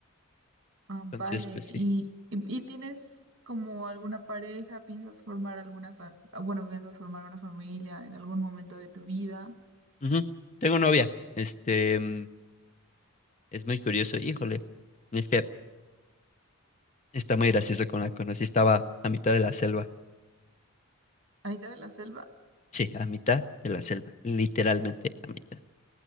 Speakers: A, on the right; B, on the left.
A: Ah, vale.
B: Entonces, pues
A: ¿Y,
B: sí.
A: y, y tienes como alguna pareja? ¿Piensas formar alguna fa- ah, bueno, piensas formar una familia en algún momento de tu vida?
B: Ujú. Tengo novia, este, mm, es muy curioso, híjole, es que Está muy gracioso con la conocí. Estaba a mitad de la selva.
A: ¿A mitad de la selva?
B: Sí, a mitad de la selva. Literalmente a mitad.